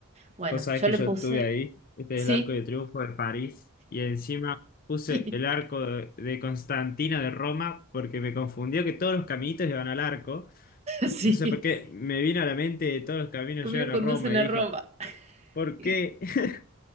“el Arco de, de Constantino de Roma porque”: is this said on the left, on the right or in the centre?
Left